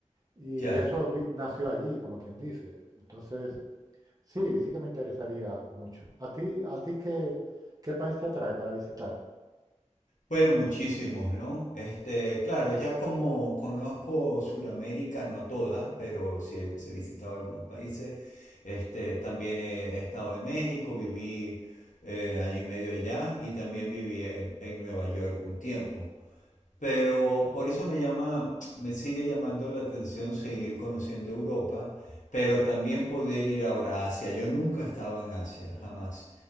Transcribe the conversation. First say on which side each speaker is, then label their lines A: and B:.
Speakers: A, on the right; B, on the left.
A: y
B: ya.
A: eso vi- nació allí, como quien dice. Entonces, sí, sí que me interesaría mucho. ¿A ti, a ti qué, qué país te atrae para visitar?
B: Bueno, muchísimos, ¿no? Este, claro, ya como conozco Sudamérica, no toda, pero sí he, sí he visitado algunos países. Este, también he, he estado en México, viví eh, año y medio allá y también viví en, en Nueva York un tiempo. Pero por eso me llama, me sigue llamando la atención seguir conociendo Europa, pero también poder ir ahora a Asia. Yo nunca he estado en Asia, jamás.